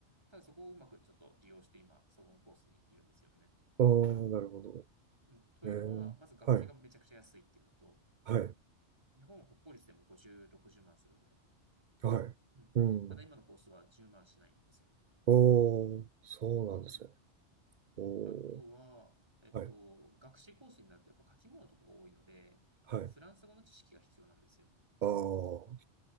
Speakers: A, on the right (about 20°); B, on the right (about 50°).
A: ただそこをうまくちょっと利用して今、そこのコースにいるんですよね。
B: ああ、なるほど。
A: うん。というのは、
B: えーはい。
A: まず学費がめちゃくちゃ安いっていうのと、
B: はい。
A: 日本は国公立でも50、60万するんで。
B: はい。
A: うん。
B: うん。
A: ただ今のコースは10万しないんですよね。
B: おー、そうなんですね。
A: うん。
B: おー、
A: あとは、えっと、
B: はい、
A: 学士コースになるとやっぱ書き物とかが多いので、あの、
B: はい。
A: フランス語の知識が必要なんですよ。
B: あー、